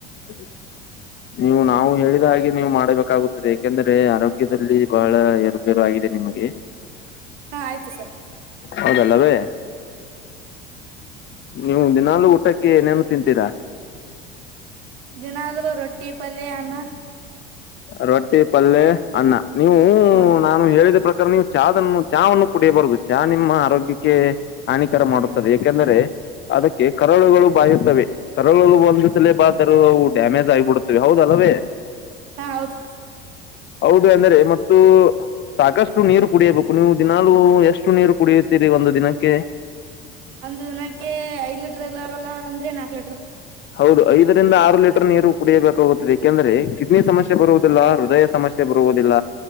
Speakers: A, on the left; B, on the right.
A: ಹ್ಮ್ ನೀವು ನಾವು ಹೇಳಿದ ಹಾಗೆ ನೀವು ಮಾಡಬೇಕಾಗುತ್ತದೆ ಯಾಕೆಂದ್ರೆ ಆರೋಗ್ಯದಲ್ಲಿ ಬಹಳ ಎಏರುಬೇರು ಆಗಿದೆ ನಿಮಗೆ
B: ಹಾ ಆಯ್ತು ಸರ್
A: ಹೌದಲ್ಲವೇ ನೀವು ದಿನಾಲು ಊಟಕ್ಕೆ ಏನೇನು ತಿಂತೀರಾ
B: ದಿನದು ರೊಟ್ಟಿ ಪಲ್ ಅನ್ನ
A: ರೊಟ್ಟಿ ಪಲ್ೆ ಅನ್ನ ನೀವು
B: ಹಾ
A: ನಾನು ಹೇಳಿದ ಪ್ರ ನೀವು ಚನ್ನು ಚಹನ್ನು ಕುಡಿಯಬರುದು ಚಹ ನಿಮ್ಮ ಆರೋಗ್ಯಕ್ಕೆ ಹಾನಿಕರ ಮಾಡುತ್ತದೆ
B: ಹನಿ
A: ಯಾಕೆಂದ್ರೆ ಅದಕ್ಕೆ ಕರಳುಗಳು ಬಾಯುತ್ತವೆ ಕರಳುಗಳು ಒಂದು ಸಲ ಬಾತರವು ಡ್ಯಾಮೇಜ್ ಆಗಿಬಿಡ್ುತ್ತವೆ ಹೌದು ಅಲವೇ
B: ಹಾ ಹೌದು
A: ಹೌದು ಅಂದ್ರೆ ಮತ್ತು ಸಾಕಷ್ಟು ನೀರು ಕುಡಿಯಬೇಕು ನೀವು ದಿನಾಾಲೂ ಎಷ್ಟು ನೀರು ಕುಡಿಯುತ್ತೀರಿ ಒಂದು ದಿನಕ್ಕೆ
B: ಒಂದು ದಿನಕ್ಕೆ ಐದ್ ಲೀಟರ್ಲ್ಲಲ್ಲ ಅಂದ್ರೆ ನಾಕ್ ಲೀಟರ್
A: ಹೌದು ಐದರಿಂದ ಆರು ಲೀಟರ್ ನೀರು ಕುಡಿಯಬೇಕಾಗುತ್ತದೆ ಾಕೆಂದ್ರೆ ಕಿಡ್ನಿ ಸಮಸ್ಯೆ ಬರುವುದಿಲ್ಲ ಹೃದಯ ಸಮಸ್ಯೆ ಬರುವುದಿಲ್ಲ